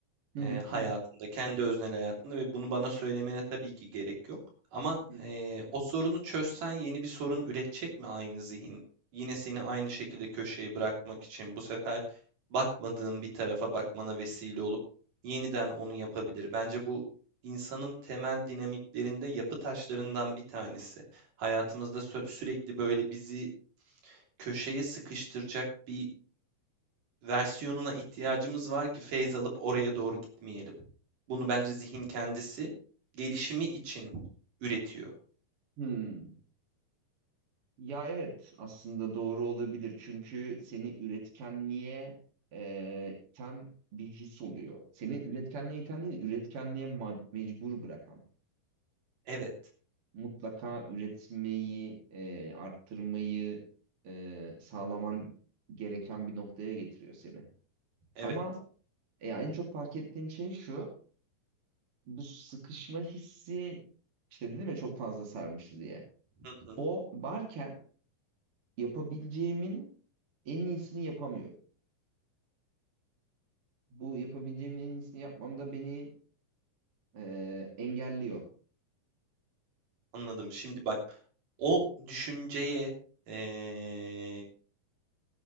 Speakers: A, on the right; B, on the right.
A: Hı
B: eee,
A: hı
B: hayatında,
A: hı hı.
B: kendi öznel hayatında ve bunu bana söylemene tabii ki gerek yok. Ama,
A: hı.
B: eee, o sorunu çözsen yeni bir sorun üretecek mi aynı zihin? Yine seni aynı şekilde köşeye bırakmak için bu sefer bakmadığın bir tarafa bakmana vesile olup yeniden onu yapabilir. Bence bu insanın temel dinamiklerinde yapı taşlarından bir tanesi. Hayatımızda sö sürekli böyle bizi köşeye sıkıştıracak bir versiyonuna ihtiyacımız var ki feyz alıp oraya doğru gitmeyelim. Bunu bence zihin kendisi gelişimi için üretiyor.
A: Hmm. Ya evet aslında doğru olabilir çünkü seni üretkenliğe e, iten bir his oluyor. Seni üretkenliğe iten değil, üretkenliğe ma- mecbur bırakan.
B: Evet,
A: Mutlaka üretmeyi, e, arttırmayı e, sağlaman gereken bir noktaya getiriyor seni.
B: evet.
A: Ama e, en çok fark ettiğim şey şu, bu sıkışma hissi işte dedim ya çok fazla sarmıştı diye.
B: Hı hı,
A: O varken yapabileceğimin en iyisini yapamıyorum. bu yapabileceğimin en iyisini yapmamda beni e, engelliyor.
B: anladım. Şimdi bak, o düşünceye eee,